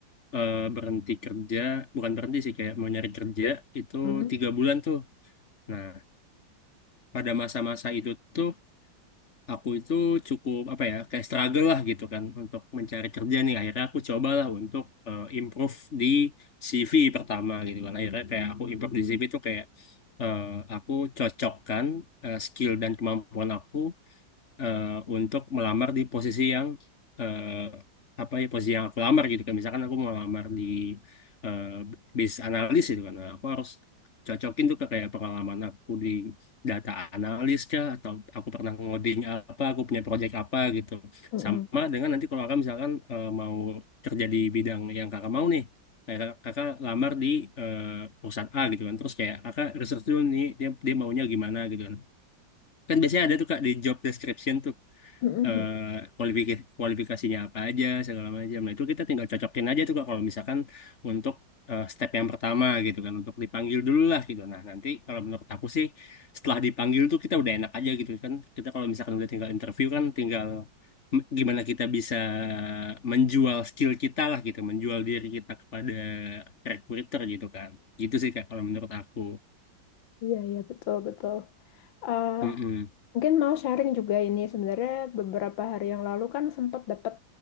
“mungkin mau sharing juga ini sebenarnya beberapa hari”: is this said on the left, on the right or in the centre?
Left